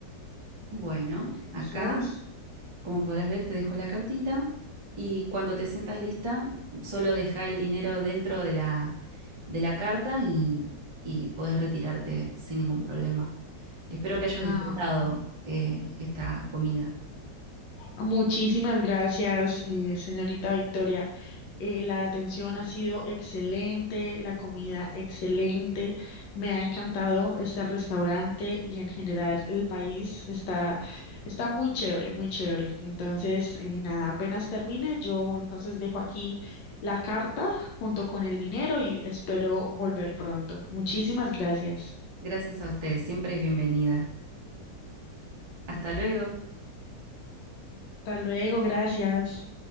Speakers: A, on the right (about 45°); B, on the left (about 85°).
A: Bueno, acá,
B: Gracias.
A: como podrás ver, te dejo la cartita y cuando te sientas lista, solo deja el dinero dentro de la, de la carta y, y podés retirarte sin ningún problema. Espero que hayas
B: Ah,
A: disfrutado
B: ok.
A: eh, esta comida.
B: Muchísimas gracias, eh, señorita Victoria. eh, la atención ha sido excelente, la comida excelente. Me ha encantado este restaurante y en general el país está, está muy chévere, muy chévere. Entonces, eh, nada, apenas termine, yo entonces dejo aquí la carta junto con el dinero y espero volver pronto. Muchísimas gracias.
A: Gracias a ustedes, siempre es bienvenida. Hasta luego.
B: Hasta luego, gracias.